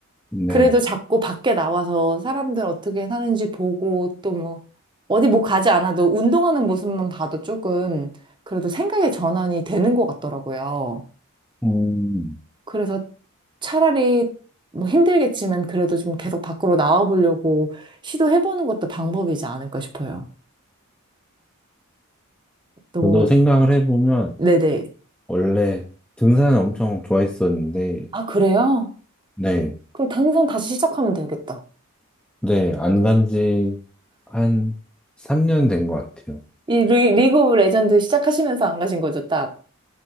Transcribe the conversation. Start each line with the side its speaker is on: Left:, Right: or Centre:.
Centre: 네.
Right: 그래도 자꾸 밖에 나와서 사람들 어떻게 사는지 보고 또 뭐, 어디 뭐 가지 않아도 운동하는 모습만 봐도 조금 그래도 생각의 전환이 되는 것 같더라고요.
Centre: 음,
Right: 그래서 차라리 뭐 힘들겠지만 그래도 좀 계속 밖으로 나와 보려고 시도해보는 것도 방법이지 않을까 싶어요. 너무,
Centre: 저도 생각을 해보면,
Right: 네네.
Centre: 원래 등산을 엄청 좋아했었는데,
Right: 아, 그래요?
Centre: 네.
Right: 그럼 당장 다시 시작하면 되겠다.
Centre: 네, 안 간지 한 3년 된 것 같아요.
Right: 이 리, 리그 오브 레전드 시작하시면서 안 가신 거죠, 딱?